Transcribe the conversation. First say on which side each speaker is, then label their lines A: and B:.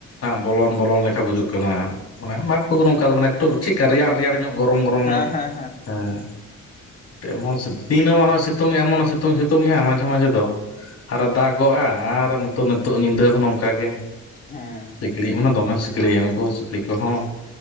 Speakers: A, on the left; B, on the left.
A: ᱵᱚᱞᱚᱱ ᱵᱚᱞᱚᱱ ᱞᱮᱠᱟ ᱵᱩᱡᱩᱜ ᱠᱟᱱᱟ ᱢᱟᱱᱮ ᱢᱟᱜᱽ ᱠᱚ ᱫᱚ ᱱᱚᱝᱠᱟ ᱢᱮ ᱮᱠᱴᱩ ᱪᱮᱫ ᱞᱮᱠᱟ ᱨᱮᱭᱟᱲ ᱨᱮᱭᱟᱲ ᱧᱚᱹᱜ ᱜᱚᱨᱚᱢ ᱜᱚᱨᱚᱢ
B: ᱦᱮᱸ
A: ᱧᱚᱹᱜ
B: ᱦᱮᱸ
A: ᱦᱮᱸ᱾ ᱮᱢᱚᱱ ᱥᱤ ᱫᱤᱱᱚᱹᱢᱟᱱᱟ ᱥᱤᱛᱩᱝ ᱮᱢᱚᱱ ᱥᱤᱛᱩᱝ ᱥᱤᱛᱩᱝ ᱦᱮᱸ ᱢᱟᱡᱷᱮ ᱢᱟᱡᱷᱮ ᱫᱚ᱾ ᱟᱨᱚ ᱫᱟᱜ ᱜᱚᱜᱼᱟ᱾ ᱟᱨ ᱱᱤᱛᱚᱜ ᱱᱤᱛᱚᱜ ᱧᱤᱫᱟᱹ ᱦᱚᱸ ᱱᱚᱝᱠᱟᱜ ᱜᱮ᱾
B: ᱦᱮᱸ
A: ᱰᱤ ᱢᱟᱱᱮ ᱫᱚᱢᱮᱢ ᱥᱤᱠᱲᱤᱡ ᱩᱱᱠᱩ ᱥᱤᱠᱲᱤᱡ ᱠᱚᱦᱚᱸ,